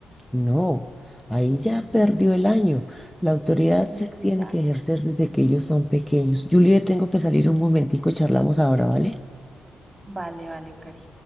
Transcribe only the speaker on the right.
Entonces
ya.
Vale, vale, Cari.